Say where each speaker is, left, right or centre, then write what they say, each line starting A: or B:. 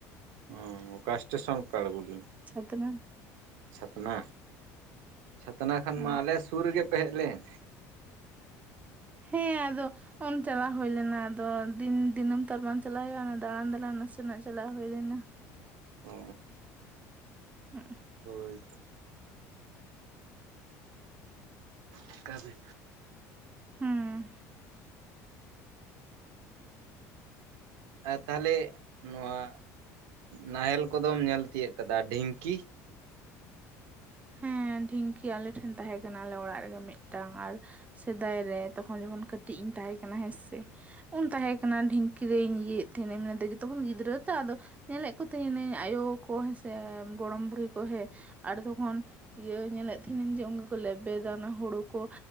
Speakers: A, on the right; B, on the right.
A: ᱚ ᱚᱠᱟ ᱥᱴᱮᱥᱚᱱ ᱯᱮ ᱟᱬᱜᱚ ᱞᱮᱱᱟ?
B: ᱪᱷᱟᱛᱱᱟ
A: ᱪᱷᱟᱛᱱᱟ, ᱪᱷᱟᱛᱱᱟ ᱠᱷᱟᱱ
B: ᱦᱮᱸ
A: ᱢᱟ ᱟᱞᱮ ᱥᱩᱨ ᱨᱮᱜᱮ ᱯᱮ ᱦᱮᱡ ᱞᱮᱱ᱾
B: ᱦᱮᱸ ᱟᱫᱚ ᱩᱱ ᱪᱟᱞᱟᱣ ᱦᱩᱭ ᱞᱮᱱᱟ ᱟᱫᱚ ᱫᱤᱱ ᱫᱤᱱᱟᱹᱢ ᱛᱚ ᱵᱟᱝ ᱪᱟᱞᱟᱣ ᱦᱩᱭᱩᱜᱼᱟ ᱚᱱᱟ ᱫᱟᱬᱟᱱ ᱫᱟᱬᱟᱱ ᱱᱟᱥᱮᱱᱟᱜ ᱪᱟᱞᱟᱣ ᱦᱩᱭ ᱞᱮᱱᱟ᱾
A: ᱚᱻ
B: ᱦᱩᱸ
A: ᱦᱳᱭᱻᱛᱚ ᱚᱠᱟᱨᱮ
B: ᱦᱮᱸ
A: ᱟᱨ ᱛᱟᱦᱞᱮ ᱱᱚᱣᱟ ᱱᱟᱦᱮᱞ ᱠᱚᱫᱚᱢ ᱧᱮᱞ ᱛᱤᱭᱟᱹᱜ ᱠᱟᱫᱟ᱾ ᱰᱷᱤᱝᱠᱤ?
B: ᱦᱮᱸ, ᱰᱷᱤᱝᱠᱤ ᱟᱞᱮ ᱴᱷᱮᱱ ᱛᱟᱦᱮᱸ ᱠᱟᱱᱟ᱾ ᱟᱞᱮ ᱚᱲᱟᱜ ᱨᱮᱜᱮ ᱢᱤᱫᱴᱟᱝ ᱟᱨ ᱥᱮᱫᱟᱭ ᱨᱮ, ᱛᱚᱠᱷᱚᱱ ᱡᱚᱠᱷᱚᱱ ᱠᱟᱹᱴᱤᱡ ᱤᱧ ᱛᱟᱦᱮᱸ ᱠᱟᱱᱟ ᱦᱮᱸ ᱥᱮ᱾ ᱩᱱ ᱛᱟᱦᱮᱸ ᱠᱟᱱᱟ ᱰᱷᱤᱝ ᱼᱠᱤ ᱨᱮᱧ ᱤᱭᱟᱹ ᱮᱫ ᱛᱟᱦᱮᱸ ᱱᱟᱧ ᱢᱟᱱᱮ ᱟᱫᱚ ᱛᱚᱠᱷᱚᱱ ᱜᱤᱫᱽᱨᱟᱹ ᱛᱚ᱾ ᱟᱫᱚ ᱧᱮᱞᱮᱫ ᱠᱚ ᱛᱟᱦᱮᱱᱟᱹᱧ ᱟᱭᱳ ᱠᱚ ᱦᱮᱸ ᱥᱮ, ᱜᱚᱲᱚᱢ ᱵᱩᱲᱦᱤ ᱠᱚ ᱦᱮᱸ, ᱟᱨ ᱛᱚᱠᱷᱚᱱ ᱤᱭᱟᱹ ᱧᱮᱞᱮᱫ ᱛᱟᱦᱮᱸ ᱱᱟᱹᱧ ᱡᱮ ᱩᱱᱠᱩ ᱠᱚ ᱞᱮᱵᱮᱫᱟ ᱚᱱᱟ ᱦᱳᱲᱳ ᱠᱚ